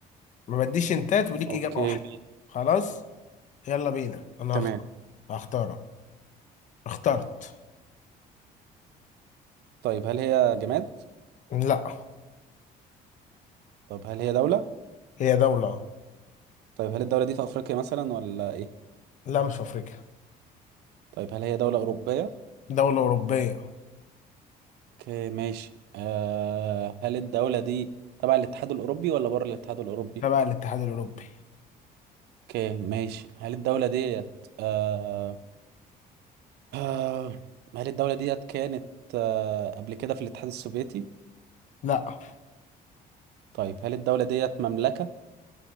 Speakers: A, on the left; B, on the right.
A: ما بديش انتات وليك
B: اوكي
A: اجابه واحده خلاص يلا بينا انا
B: تمام
A: هخت- هختاره اخترت
B: طيب هل هي جماد
A: لا
B: طب هل هي دولة
A: هي دوله
B: طيب هل الدولة دي في افريقيا مثلا ولا ايه
A: لا مش في افريقيا
B: طيب هل هي دولة أوروبية
A: دوله اوروبيه
B: اوكي ماشي آه هل الدولة دي تبع الاتحاد الأوروبي ولا بره الاتحاد الأوروبي
A: تبع الاتحاد الاوروبي
B: اوكي ماشي هل الدولة ديت آه آه هل الدولة ديت كانت آه قبل كده في الاتحاد السوفيتي؟
A: لا
B: طيب هل الدولة ديت مملكة